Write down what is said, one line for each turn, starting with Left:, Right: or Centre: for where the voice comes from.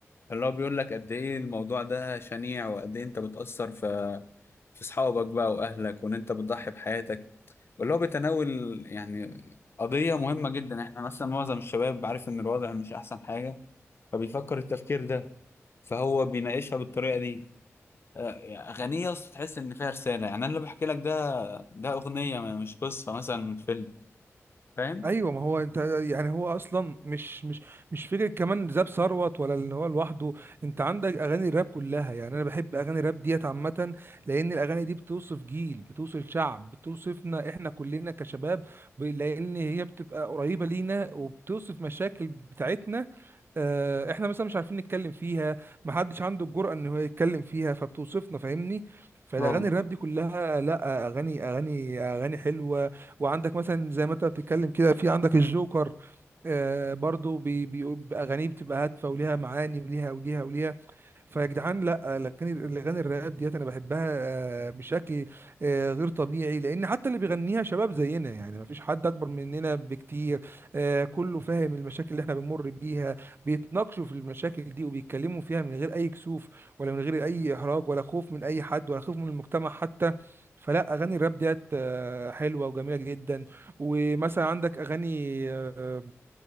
Left: اللي هو بيقول لك قد ايه الموضوع ده شنيع وقد ايه انت بتأثر في في اصحابك بقى واهلك وان انت بتضحي بحياتك واللي هو بيتناول يعني قضية مهمة جدا احنا مثلا معظم الشباب عارف ان الوضع مش احسن حاجة فبيفكر التفكير ده فهو بيناقشها بالطريقة دي آه، أغنية أصلا تحس إن فيها رسالة يعني أنا اللي بحكي لك ده ده أغنية ما- مش قصة مثلا من فيلم فاهم
Right: ايوه ما هو انت يعني هو اصلا مش مش مش فكره كمان زاب ثروت ولا ان هو لوحده انت عندك اغاني الراب كلها يعني انا بحب اغاني الراب ديت عامه لان الاغاني دي بتوصف جيل بتوصف شعب بتوصفنا احنا كلنا كشباب ب- لان هي بتبقى قريبه لينا وبتوصف مشاكل بتاعتنا آه، احنا مثلا مش عارفين نتكلم فيها محدش عنده الجرأة ان هو يتكلم فيها فبتوصفنا فاهمني فالاغاني
Left: اه
Right: الراب دي كلها لا اغاني اغاني اغاني حلوة وعندك مثلا زي ما انت بتتكلم كده في عندك الجوكر آه برضو بي- بي- بأغانيه بتبقى هادفة وليها معاني وليها وليها وليها فيا جدعان لا الاغاني الاغاني الراب ديت انا بحبها آه، بشكل آه، غير طبيعي لان حتى اللي بيغنيها شباب زينا يعني ما فيش حد اكبر مننا بكتير آه، كله فاهم المشاكل اللي احنا بنمر بيها بيتناقشوا في المشاكل دي وبيتكلموا فيها من غير اي كسوف ولا من غير اي احراج ولا خوف من اي حد ولا خوف من المجتمع حتى فلا اغاني الراب ديت آه، حلوه وجميله جدا ومثلا عندك اغاني آه،